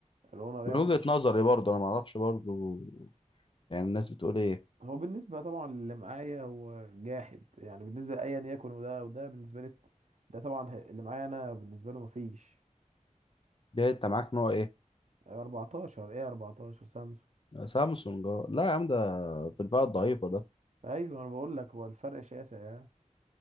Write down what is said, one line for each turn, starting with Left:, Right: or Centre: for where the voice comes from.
Right: الاونر
Left: من
Right: يعني
Left: وجهه
Right: مش
Left: نظري برضه انا ما اعرفش برضه يعني الناس بتقول ايه
Right: هو بالنسبه طبعا اللي معايا هو جاحد يعني بالنسبه لايا يكن وده وده بالنسبه لي ده طبعا ه- اللي معايا انا بالنسبه له مفيش
Left: ده انت معاك نوع ايه
Right: 14 ايه 14 سامسونج
Left: سامسونج اه. لا يا عم ده في الفئه الضعيفه ده
Right: ايوه انا بقول لك هو الفرق شاسع يعني